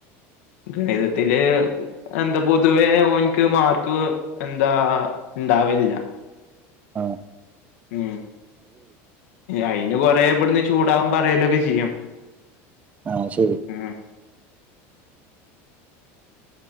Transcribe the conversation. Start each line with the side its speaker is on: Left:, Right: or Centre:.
Left: ഗണിതത്തില് എന്താ പൊതുവേ ഓനിക്ക് മാർക്ക് എന്താ- ഉണ്ടാവില്ല.
Right: ആ
Left: ഉം അയിന് കൊറെേ ഇവിടുന്ന് ചൂടാവും പറയലൊക്കെ ചെയ്യും
Right: ആഹ ശരി
Left: ഉം